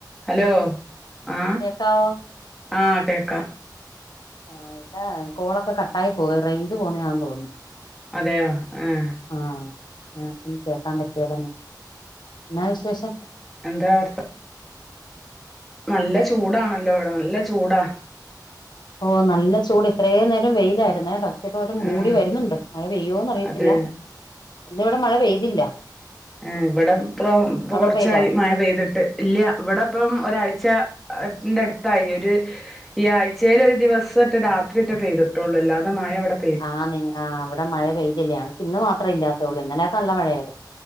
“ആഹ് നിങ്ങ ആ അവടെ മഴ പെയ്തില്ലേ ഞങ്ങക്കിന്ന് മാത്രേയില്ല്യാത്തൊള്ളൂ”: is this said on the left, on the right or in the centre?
Left